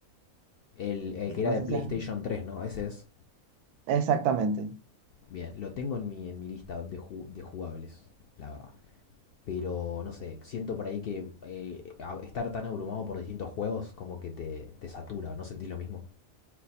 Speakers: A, on the left; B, on the right.
A: El, el que era
B: No
A: de
B: sé
A: PlayStation
B: si es-
A: tres ¿no? Ese es.
B: Exactamente.
A: Bien, lo tengo en mi, en mi lista de, ju- de jugables, la verdad. Pero no sé, siento por ahí que eh, estar tan abrumado por distintos juegos como que te, te satura, ¿no sentís lo mismo?